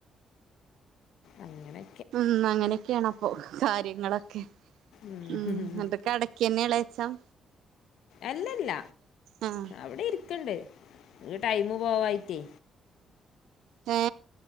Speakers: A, on the left; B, on the right.
A: അങ്ങനെ
B: ഉം അങ്ങനെയൊക്കെയാണപ്പൊ? കാര്യങ്ങളൊക്കെ
A: ഉം.
B: മ് അതൊ കടക്കന്നെ എളേച്ചം
A: എല്ലല്ല.
B: ആഹ്
A: അവ്ടെ ഇരി ക്ക്ണ്ട്. ഈ ടൈമ് പോവായിറ്റേ
B: ഏ